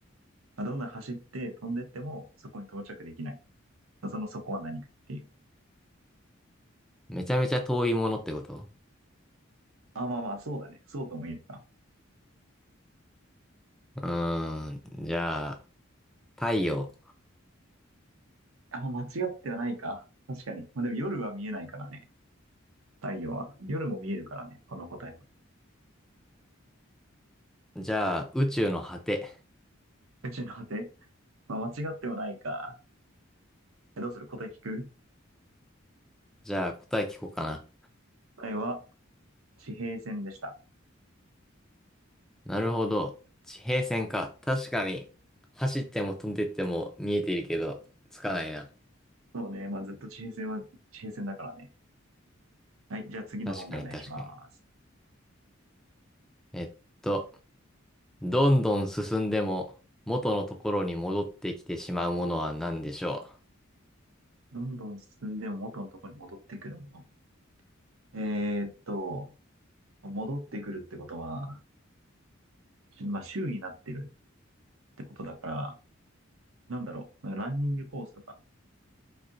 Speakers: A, on the right; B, in the centre.
A: まあ、どんなに走って飛んでいってもそこに到着できない。そのそこは何かっていう。
B: めちゃめちゃ遠いものってこと
A: あ、まあまあ、そうだね。そうとも言えるか。
B: うーん。じゃあ、太陽。
A: あ、間違ってはないか。確かに。まあでも夜は見えないからね。太陽は。夜も見えるからね、この答えは。
B: じゃあ、宇宙の果て。
A: 宇宙の果て。まあ、間違ってはないか。えどうする答え聞く
B: じゃあ、答え聞こうかな。
A: 答えは、地平線でした。
B: なるほど。地平線か。確かに。走っても飛んでいっても見えているけど、つかないな。
A: そうね、まあ、ずっと地平線は地平線だからね。はい、じゃあ次の問題お願いします。
B: 確かに確かに。えっとどんどん進んでも元のところに戻ってきてしまうものは何でしょう。
A: どんどん進んでも元のところに戻ってくるもの。えーっと、戻ってくるってことは、まあ、周になってるってことだから、なんだろう、なんかランニングコースとか。